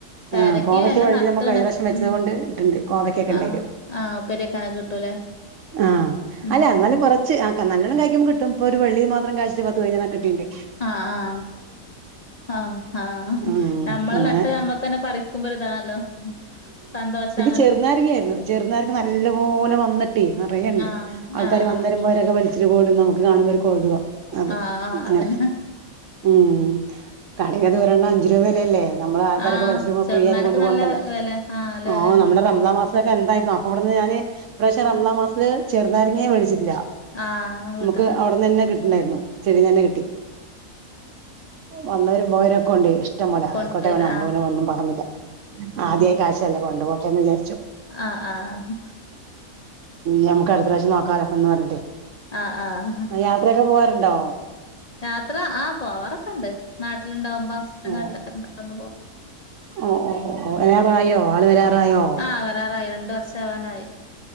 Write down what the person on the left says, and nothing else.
പേരക്കയും
എല്ലാം
നട്ട്ണ്
ഉം
ആഹ് ആഹ് ഉപ്പേരിവെക്കാനൊക്കെ കിട്ടൂലേ
ഉം
ആഹ് ആഹ് ആഹ്
നമ്മൾ
നട്ട് നമ്മക്ക് പറിക്കുമ്പോ താണല്ലോ സന്തോഷാണ്
ആഹ്
ആഹ്
ആഹ്
ആഹ് ആഹ്
അതന്നെ
ആഹ്
ചെറുനാരക്ക്
നല്ല വെല നല്ല
വെലേണ്
ആ
ആഹ് വീട്ടിന്ന്
കൊണ്ടോയില്ല
ആഹ് ആഹ്
ആഹ് ആഹ് ആഹ്
യാത്ര ആഹ് പോവാറൊക്കെ ഉണ്ട് നാട്ടിലുണ്ടാവുമ്പോ ഹസ്ബൻഡ്
നാട്ടിലുണ്ടാവുമ്പോ
ആഹ് വരാറായി രണ്ട് വർഷാവാനായി.